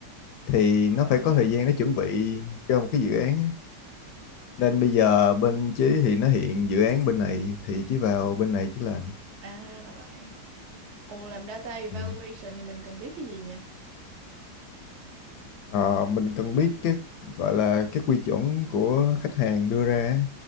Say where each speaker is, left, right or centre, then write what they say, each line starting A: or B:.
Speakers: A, on the left (about 75°); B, on the right (about 60°).
A: thì
B: À,
A: nó phải có thời gian nó chuẩn bị cho một cái dự án á. nên bây giờ bên Chí thì nó hiện dự án bên này thì Chí vào bên này Chí làm
B: à ra là vậy. Ồ làm data evaluation
A: ừ.
B: thì mình cần biết cái gì nhỉ?
A: Ờ, mình cần biết cái gọi là cái quy chuẩn của khách hàng đưa ra á.